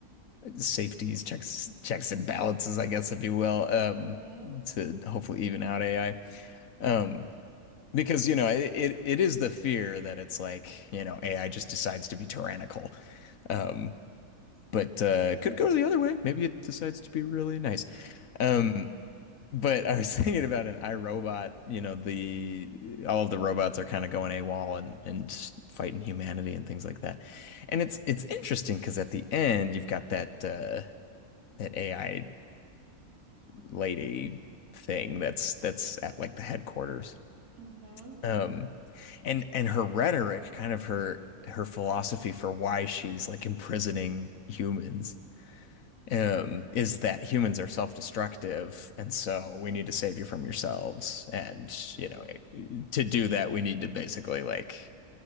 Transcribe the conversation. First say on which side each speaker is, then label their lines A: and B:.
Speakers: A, on the left; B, on the right.
A: safeties, checks, checks and balances, I guess, if you will, um,
B: Mm-hmm.
A: to hopefully even out AI. Um, because, you know, it, it, it is the fear that it's like, you know, AI just decides to be tyrannical. Um, but uh, it could go the other way. Maybe it decides to be really nice. Um, but I was <laughs> thinking about an iRobot, you know, the all of the robots are kind of going AWOL and and fighting humanity and things like that. And it's it's interesting because at the end you've got that uh an AI lady thing that's that's at like the headquarters.
B: Mm-hmm.
A: Um, and and her rhetoric, kind of her her philosophy for why she's like imprisoning humans, um, is that humans are self-destructive, and so we need to save you from yourselves. And you
B: Mm,
A: know, to do that, we need to basically like